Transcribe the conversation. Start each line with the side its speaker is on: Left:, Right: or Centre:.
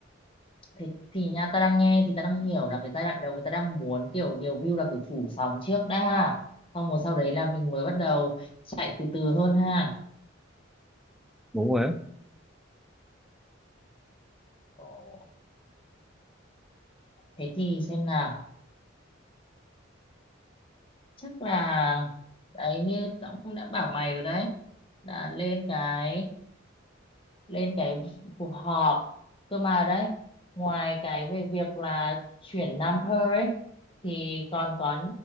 Left: thì, thì nha ta đang nghe thì ta đang hiểu là cái giai đoạn đầu người ta đang muốn kiểu nhiều view là kiểu phủ sóng trước đã ha. Xong rồi sau đấy là mình mới bắt đầu chạy từ từ hơn ha.
Centre: đúng rồi á
Left: Ok. Thế thì xem nào. Chắc là đấy như ông đã bảo mày rồi đấy. Là lên cái lên cái cuộc họp cơ mà đấy ngoài cái về việc là chuyển number ấy thì còn có